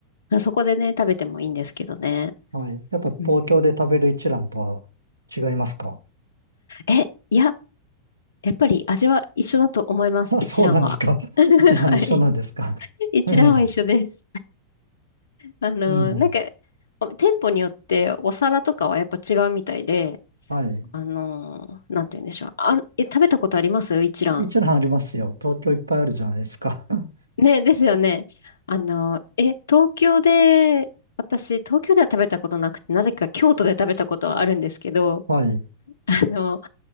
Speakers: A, on the left; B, on the right.
A: そこでね、食べてもいいんですけどね。
B: はい。やっぱ東京で食べる一蘭とは
A: うん、
B: 違いますか
A: え、いや、やっぱり味は一緒だと思います。
B: <laughs> あ、
A: 一蘭は。
B: そうなんですか。
A: <laughs>
B: <laughs> 一蘭一緒なんですか。
A: はい。
B: <laughs>
A: 一蘭は一緒です。
B: ええ。
A: あの、
B: うん。
A: なんか、お店舗によってお皿とかはやっぱ違うみたいで、
B: はい。
A: あの、なんて言うんでしょう。あ、え、食べたことあります一蘭。
B: 一蘭ありますよ。東京いっぱいあるじゃないですか。<laughs>
A: ね、ですよね。あの、え、東京で、私、東京では食べたことなくて、なぜか京都で食べたことはあるんですけど、
B: はい。い
A: <laughs> あの、